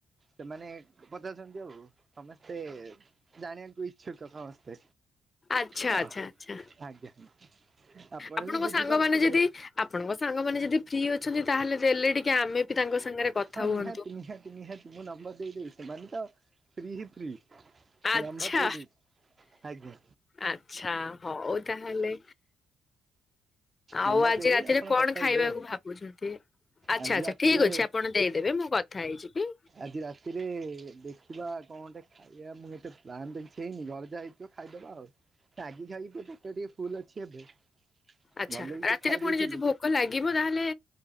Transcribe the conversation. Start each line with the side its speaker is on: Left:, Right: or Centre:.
Right: ସେମାନେ ପଚାରୁଛନ୍ତି ଆଉ। ସମସ୍ତେ ଜାଣିବାକୁ ଇଚ୍ଛୁକ ସମସ୍ତେ।
Left: ଆଚ୍ଛା
Right: ତ
Left: ଆଚ୍ଛା ଆଚ୍ଛା
Right: ଆଜ୍ଞା ଆପଣ
Left: ଆପଣଙ୍କ
Right: ବି ବୁଝିପାରୁଥିବେ
Left: ସାଙ୍ଗମାନେ ଯେଦି ଆପଣଙ୍କ ସାଙ୍ଗମାନେ ଯେଦି ଫ୍ରି ଅଛନ୍ତି, ତାହେଲେ ଦେଲେ ଟିକେ ଆମେ ବି ତାଙ୍କ ସାଙ୍ଗରେ କଥା
Right: ହଁ
Left: ହୁଅନ୍ତୁ।
Right: ନିହାତି ନିହାତି ନିହାତି, ମୁଁ ନମ୍ବର୍ ଦେଇଦେବି ସେମାନେ ତ ଫ୍ରି ହିଁ ଫ୍ରି। ମୁଁ
Left: ଆଚ୍ଛା
Right: ନମ୍ୱର୍ ଦେଇଦେବି ଆଜ୍ଞା।
Left: ଆଚ୍ଛା ହଉ ତାହଲେ। ଆଉ
Right: ନମ୍ବର
Left: ଆଜି
Right: ଦେଇଦେବି
Left: ରାତିରେ
Right: ଆପଣ
Left: କଣ
Right: କଥା ହେଇଯିବେ
Left: ଖାଇବାକୁ
Right: ଆଉ।
Left: ଭାବୁଛନ୍ତି? ଆଚ୍ଛା
Right: ଆଜି
Left: ଆଚ୍ଛା
Right: ରାତିରେ
Left: ଠିକ୍ ଅଛି ଆପଣ ଦେଇଦେବେ ମୁଁ କଥା ହେଇଯିବି।
Right: ଆଜି ରାତିରେ ଦେଖିବା କଁଟେ ଖା ଇଆ ମୁଁ ଏତେ ପ୍ଲାନ୍ ତ କିଛି ହେଇନି ଘରେ ଯାହା ହେଇଥିବ ଖାଇଦବା ଆଉ। ତାଗି ଖାଇକି ତୋ ପେଟ ଟିକେ ଫୁଲ ଅଛି ଏବେ।
Left: ଆଚ୍ଛା
Right: ଭଲ କି
Left: ରାତିରେ
Right: ଟିକେ ଖାଇ
Left: ପୁଣି
Right: ଦେଇଥିଲୁ।
Left: ଯଦି ଭୋ କ ଲାଗିବ ତାହେଲେ